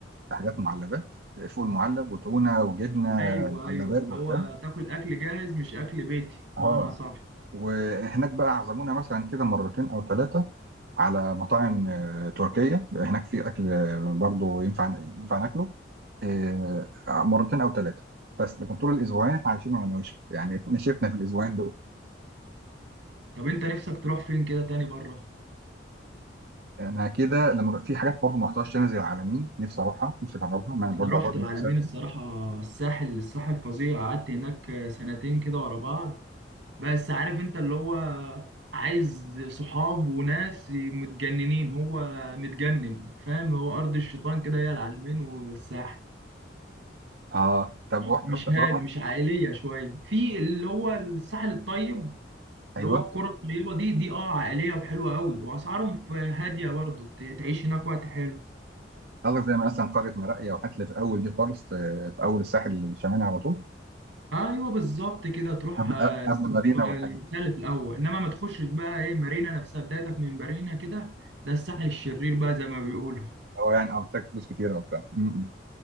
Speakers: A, on the right; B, on the right.
A: حاجات معلبات فول معلب وتونه وجبنه
B: ايوه
A: معلبات
B: ايوه اللي
A: وبتاع
B: هو تاكل اكل جاهز مش اكل بيتي
A: اه
B: معنى صح
A: وهناك بقى عزمونا مثلا كده مرتين او ثلاثه على مطاعم آه، تركية هناك في أكل آه، برضو ينفع ينفع ناكله آه، مرتين أو ثلاثة بس لكن طول الأسبوعين احنا عايشين على نواشف يعني <laughs> نشفنا في الأسبوعين دول
B: طب انت نفسك تروح فين كده تاني بره
A: أنا كده لما في حاجات برضو ما رحتهاش هنا زي العالمين نفسي أروحها نفسي أجربها مع إن
B: انا
A: برضو
B: رحت
A: على بعد المسافة
B: العلمين الصراحه الساحل الساحل فظيع قعدت هناك سنتين كده ورا بعض بس عارف انت اللي هو عايز صحاب وناس متجننين هو متجنن فاهم هو ارض الشيطان كده هي العلمين والساحل
A: آه طب رحت
B: مش
A: رحت
B: هادي
A: رحت
B: مش عائليه شويه في اللي هو الساحل الطيب
A: أيوه
B: اللي هو القرى الطيبه دي دي اه عائليه وحلوه قوي واسعارهم ف- هاديه برضه تعيش هناك وقت حلو
A: قصدك زي مثلا قرية مراقية وحتلة في أول دي خالص آه، في أول الساحل الشمالي على طول
B: ايوه بالظبط كده تروح
A: قبل
B: آه،
A: آه،
B: الس-
A: قبل مارينا
B: البتاع
A: والحاجات دي
B: اللي في الاول انما ما تخشش بقى ايه مارينا نفسها بدايتك من مارينا كده ده الساحل الشرير بقى زي ما بيقولوا
A: هو يعني اه محتاج فلوس كتيرة وبتاع م- م.